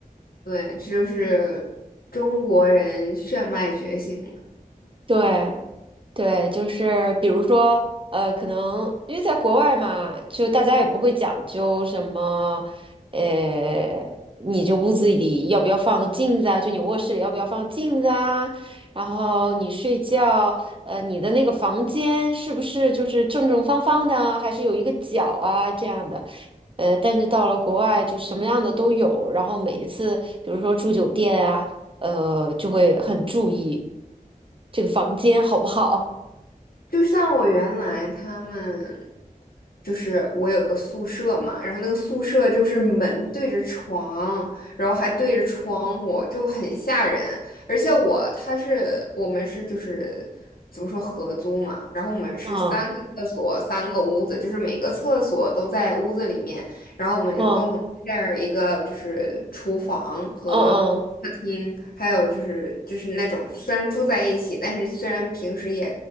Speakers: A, on the left; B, on the right.
A: 对，这就是中国人血脉觉醒。
B: 对，对，就是比如说，呃，可能因为在国外嘛，就大家也不会讲究什么，呃，你这屋子里要不要放镜子啊？就你卧室里要不要放镜子啊？然后你睡觉，呃，你的那个房间是不是就是正正方方的啊，还是有一个角啊这样的？呃，但是到了国外就什么样的都有，然后每一次，比如说住酒店啊，呃，就会很注意这个房间好不好。
A: 就像我原来他们，就是我有个宿舍嘛，然后那个宿舍就是门对着床，然后还对着窗户，就很吓人。而且我他是我们是就是怎么说合租嘛，然后我们是三个厕所三个屋子，
B: 嗯
A: 就是每个厕所都在屋子里面，然后我们共同
B: 嗯
A: share 一个就是厨房和
B: 嗯嗯
A: 听，还有就是就是那种虽然住在一起，但是虽然平时也